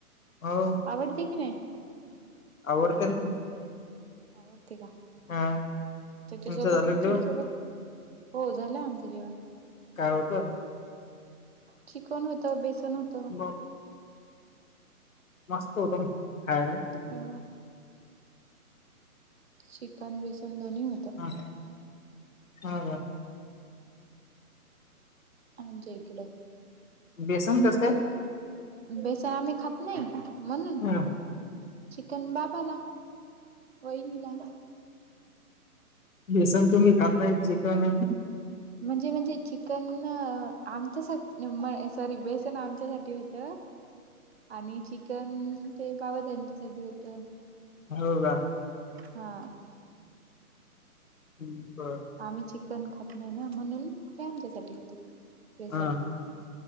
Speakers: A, on the left (about 60°); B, on the right (about 40°).
A: हो.
B: आवडते की नाही?
A: आवडते ना.
B: आवडते का?
A: हा.
B: त्याच्यासोबत
A: तुमचं झालं
B: खिचडी
A: का जेवण?
B: सोबत? हो झालं आमचं जेवण.
A: काय होतं?
B: चिकन होतं. बेसन होत.
A: म मस्त होत म खायाला.
B: अ चिकन बेसन दोन्ही होतं.
A: हां. हा का?
B: आमच्या इकड.
A: बेसन कस काय?
B: बेसाय आम्ही खात नाही म्हणून
A: हा
B: - चिकन बाबाला वहिनीला.
A: बेसन तुम्ही खात नाही. चिकन
B: म्हणजे म्हणजे चिकन आमच्यासाठी नाही म -- सॉरी बेसन आमच्यासाठी होत. आणि चि चिकन ते बाबा त्यांच्यासाठी होतं.
A: हो का?
B: हा.
A: हम्म बरं.
B: आम्ही चिकन खात नाही ना म्हणून ते आमच्यासाठी होेत. बेसन
A: हा